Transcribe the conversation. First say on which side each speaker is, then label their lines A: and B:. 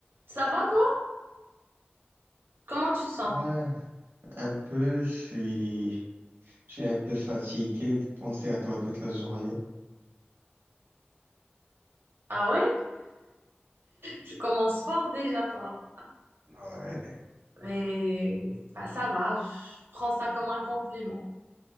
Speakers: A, on the right; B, on the right.
A: Ça va toi? Comment tu te sens?
B: Ouais, un peu, je suis, je suis un peu fatigué de penser à toi toute la journée.
A: Ah oui? Tu commences fort déjà toi.
B: Ouais.
A: Mais bah, ça va, je prends ça comme un compliment.